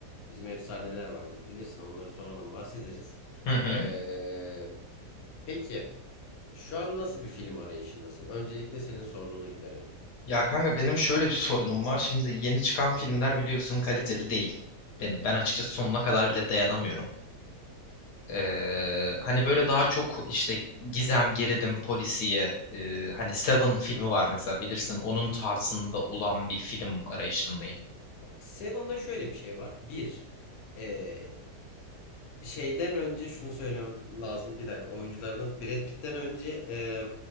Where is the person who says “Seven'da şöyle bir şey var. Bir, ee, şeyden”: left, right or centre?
Left